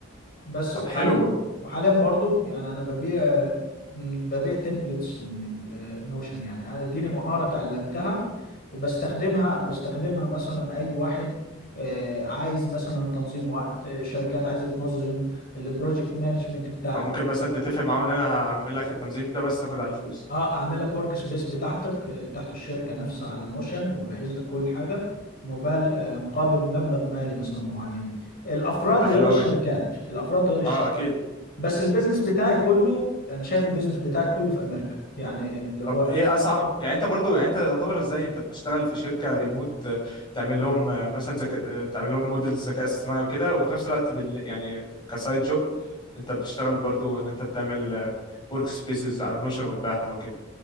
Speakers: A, on the left; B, on the left.
A: بس
B: طب
A: وحاليا
B: حلو
A: وحاليا برضو يعني انا ببيع ببيع تمبلتس من نوشن يعني انا اديني مهارة اتعلمتها وبستخدمها بستخدمها مثلا اي واحد آه، عايز مثلا تنظيم وقت آه، شركات عايزة تنظم البروجكت مانجمنت بتاعها
B: فممكن مثلا تتفق معاهم ان انا هعمل لك التنظيم ده بس تاخد عليه فلوس
A: اه اعمل لك ورك سبيس بتاعتك آه، بتاعت الشركة نفسها على نوشن واجهز لك كل حاجة مقابل مقابل مبلغ مالي مثلا معين الافراد
B: طب ده حلو
A: غير الشركات
B: قوي
A: الافراد غير الشركات
B: اه اكيد
A: بس البيزنس بتاعي كله انا شايف البيزنس بتاعي كله في امريكا يعني اللي
B: طب
A: هو
B: ايه اصعب يعني انت برضو يعني انت تعتبر ازاي انت بتشتغل في شركه ريموت آه، تعمل لهم آه، مثلا ذكاء آه، تعمل لهم موديلز ذكاء اصطناعي وكده وفي نفس الوقت بال... يعني كسايد جوب انت بتشتغل برضو ان انت بتعمل ورك سبيسز على نوشن وتبيعها وكده